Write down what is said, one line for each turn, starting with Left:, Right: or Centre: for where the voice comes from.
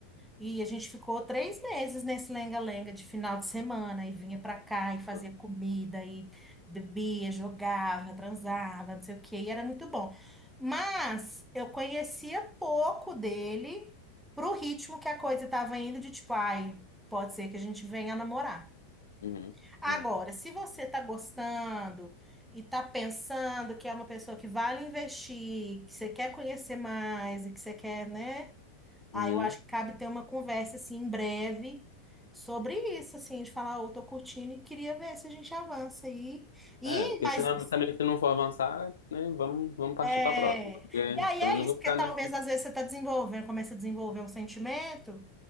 Centre: e a gente ficou três meses nesse lenga-lenga de final de semana, e vinha pra cá e fazia
Left: Uhum,
Centre: comida, e bebia, jogava, transava, não sei o quê, e era muito bom. Mas eu conhecia pouco dele pro ritmo que a coisa estava indo, de tipo, ai, pode ser que a gente venha namorar.
Left: uhum,
Centre: Agora,
Left: uhum,
Centre: se você tá gostando e tá pensando que é uma pessoa que vale investir, que você quer conhecer mais e que você quer, né?
Left: uhum.
Centre: Aí eu acho que cabe ter uma conversa assim em breve sobre isso, assim, de falar, eu tô curtindo e queria ver se a gente avança aí. E,
Left: É, porque
Centre: mas
Left: senão também se não for avançar, né, vamos, vamos partir
Centre: é,
Left: pra próxima. Porque
Centre: e aí
Left: também
Centre: é
Left: não
Centre: isso,
Left: vou
Centre: porque
Left: ficar
Centre: talvez
Left: nessa.
Centre: às vezes você tá desenvolvendo, começa a desenvolver um sentimento